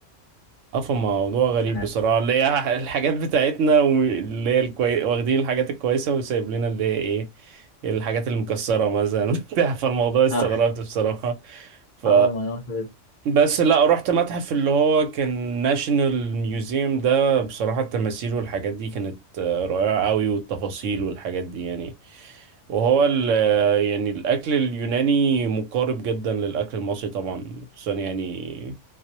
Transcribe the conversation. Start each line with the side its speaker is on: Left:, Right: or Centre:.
Right: اه موضوع غريب
Left: ف
Right: بصراحة اللي هي <laughs> الحاجات بتاعتنا واللي هي الكوي... واخدين الحاجات الكويسة وسايب لنا اللي هي ايه الحاجات المكسرة مثلا <laughs> بتاع فالموضوع استغربت
Left: اه
Right: بصراحة ف
Left: اه المناظر
Right: بس لا رحت متحف اللي هو كان ناشونال ميوزيوم ده بصراحة التماثيل والحاجات دي كانت آه، رائعة قوي والتفاصيل والحاجات دي يعني وهو ال آه، يعني الأكل اليوناني مقارب جدا للأكل المصري طبعا خصوصا يعني